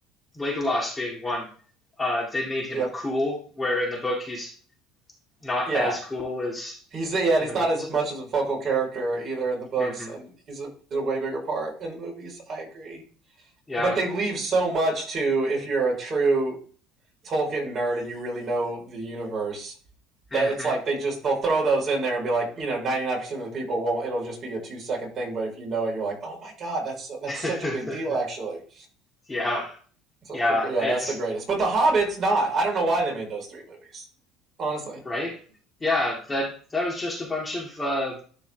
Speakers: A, on the left; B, on the right.
A: Legolas being one. Uh, they made him
B: Yep.
A: cool, where in the book he's not
B: Yeah.
A: as cool as
B: He's yeah,
A: in
B: he's
A: the
B: not
A: movies.
B: as much as a focal character either in the books
A: hmm
B: and he's a, he's a way bigger part in the movies. I agree.
A: Yeah.
B: But they leave so much to if you're a true Tolkien nerd and you really know the universe
A: hmm
B: that it's like they just they'll throw those in there and be like, you know, 99% of the people won't it'll just be a 2 second thing, but if you know it you're like, "Oh my god, that's so, that's
A: <laughs>
B: such a big deal actually."
A: Yeah.
B: So
A: Yeah.
B: it's pretty great. Yeah,
A: It's
B: that's the greatest. But The Hobbit's not. I don't know why they made those 3 movies. Honestly.
A: right. Yeah. That that was just a bunch of uh,